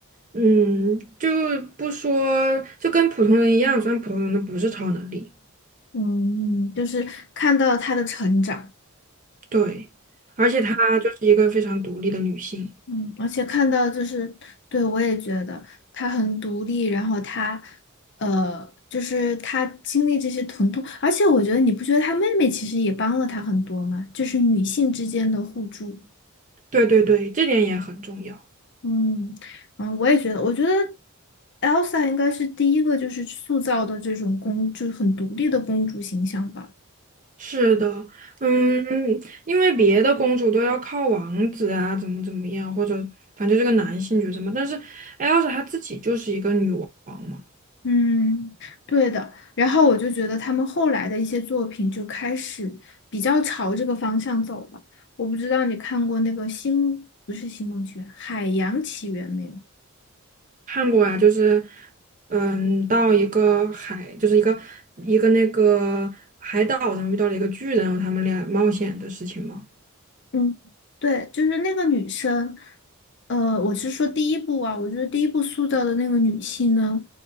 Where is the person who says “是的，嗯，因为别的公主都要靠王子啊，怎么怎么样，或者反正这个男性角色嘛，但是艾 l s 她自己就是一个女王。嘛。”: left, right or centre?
Right